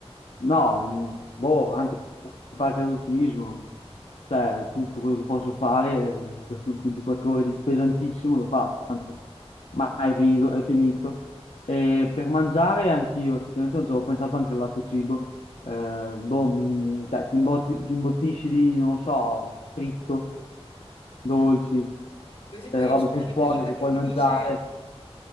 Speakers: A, on the left; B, on the left.
A: no, mh, boh, anche il paracadutismo, cioè tutto quello che posso fare, eh, queste ultime 24 ore di pesantissimo lo faccio, tanto mai è finito, è finito. E
B: Sì.
A: per mangiare anch'io, effettivamente non ci avevo pensato anche al lato cibo, Eh, boh, mi- cioè, ti imbotti- ti imbottisci di, non lo so, fritto, dolci,
B: <laughs> Così
A: eh,
B: poi
A: robe
B: esplodi
A: più sporche
B: prima
A: che
B: che
A: puoi
B: finisce.
A: mangiare,